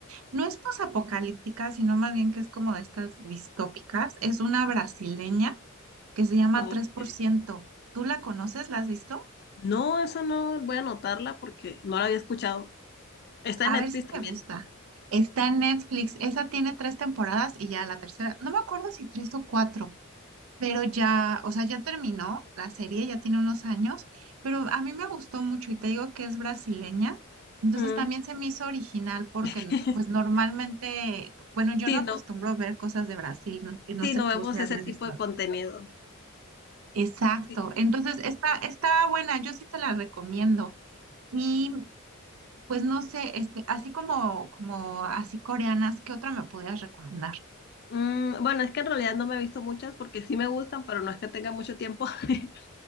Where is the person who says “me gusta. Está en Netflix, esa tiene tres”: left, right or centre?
Right